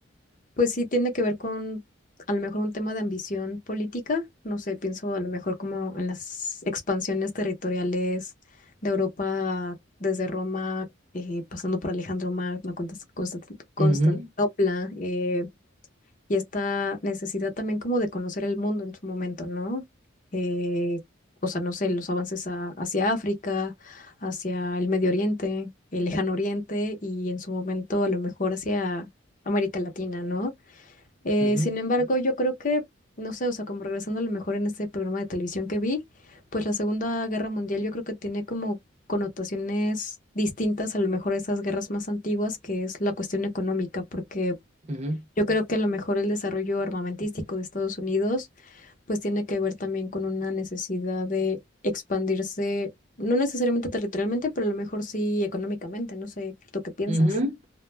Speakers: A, on the left; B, on the right.
A: pues sí tiene que ver con a lo mejor un tema de ambición política, no sé, pienso a lo mejor como en las expansiones territoriales de Europa desde Roma. eh, pasando por Alejandro Magno, Constan- Constan- Constantinopla,
B: ujú, ujú,
A: eh, y esta necesidad también como de conocer el mundo en su momento, ¿no? Eh, o sea, no sé, los avances a- hacia África, hacia el Medio Oriente, el Lejano Oriente y en su momento a lo mejor hacia América Latina, ¿no? Eh,
B: ujú,
A: sin embargo, yo creo que, no sé, o sea, como regresando a lo mejor en este programa de televisión que vi, pues la Segunda Guerra Mundial yo creo que tiene como connotaciones distintas a lo mejor a esas guerras más antiguas, que es la cuestión económica, porque
B: ujú,
A: yo creo que a lo mejor el desarrollo armamentístico de Estados Unidos pues tiene que ver también con una necesidad de expandirse, no necesariamente territorialmente, pero a lo mejor sí económicamente, no sé, ¿tú qué piensas?
B: ujú,